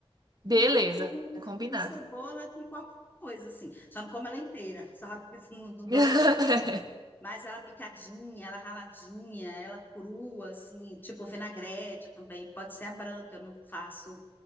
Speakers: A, on the right (about 40°); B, on the left (about 20°).
A: Beleza,
B: E hoje eu como <laughs>
A: combinado.
B: cebola com qualquer coisa, assim, só não como ela inteira, só <laughs> não
A: <laughs>
B: dou, mas ela picadinha, ela raladinha, ela crua, assim, tipo vinagrete também, pode ser a branca, eu não faço